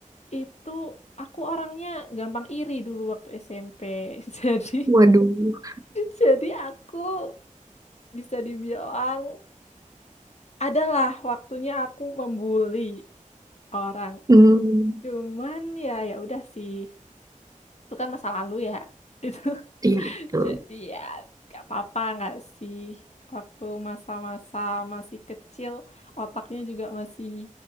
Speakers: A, on the left (about 55°); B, on the right (about 25°).
A: itu aku orangnya gampang iri dulu waktu SMP <laughs> jadi
B: Waduh,
A: jadi aku bisa dibilang adalah waktunya aku membuli orang
B: hmm,
A: cuman ya ya udah sih itu kan masa lalu ya <laughs>
B: iya betul.
A: Jadi ya gak apa-apa nggak sih waktu masa-masa masih kecil otaknya juga masih